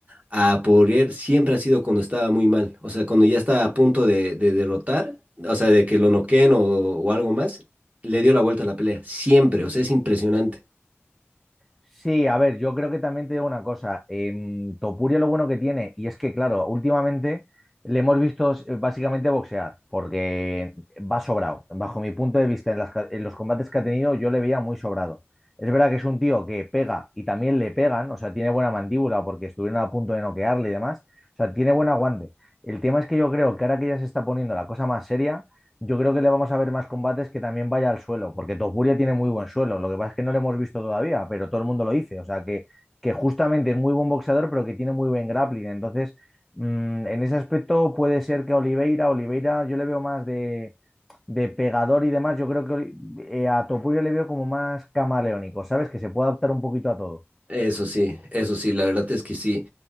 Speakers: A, on the right (about 35°); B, in the centre.
A: a Poirier, siempre ha sido cuando estaba muy mal, o sea, cuando ya estaba a punto de, de derrotar, o sea, de que lo noqueen o, o algo más, le dio la vuelta a la pelea, siempre, o sea, es impresionante.
B: Sí, a ver, yo creo que también te digo una cosa. em, Topuria lo bueno que tiene, y es que, claro, últimamente le hemos visto eh, básicamente boxear, porque va sobrado. Bajo mi punto de vista, en, las ca- en los combates que ha tenido, yo le veía muy sobrado. Es verdad que es un tío que pega y también le pegan, o sea, tiene buena mandíbula porque estuvieron a punto de noquearle y demás. O sea, tiene buen aguante. El tema es que yo creo que ahora que ya se está poniendo la cosa más seria. Yo creo que le vamos a ver más combates que también vaya al suelo, porque Topuria tiene muy buen suelo. Lo que pasa es que no lo hemos visto todavía, pero todo el mundo lo dice. O sea, que, que justamente es muy buen boxeador, pero que tiene muy buen grappling. Entonces, mm, en ese aspecto puede ser que Oliveira, Oliveira, yo le veo más de, de pegador y demás. Yo creo que Oli- eh, a Topuria le veo como más camaleónico, ¿sabes? Que se puede adaptar un poquito a todo.
A: Eso sí, eso sí, la verdad es que sí.